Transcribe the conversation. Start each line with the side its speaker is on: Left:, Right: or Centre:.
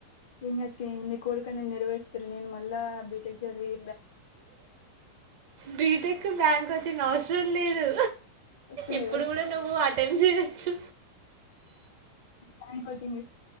Left: ఇంగ తియి ని కోడుకనీ నెరవేర్చుతడులే నేను మల్లా బీటెక్ జదివీ
Right: బీటెక్ కి బ్యాంక్ కోచింగ్ అవసరం లేదు
Left: అవసరం
Right: ఇప్పుడు
Left: లేదా
Right: కూడా నువ్వు అటమ్ట్ చేయచ్చు
Left: బ్యాంక్ కోచింగ్ తీస్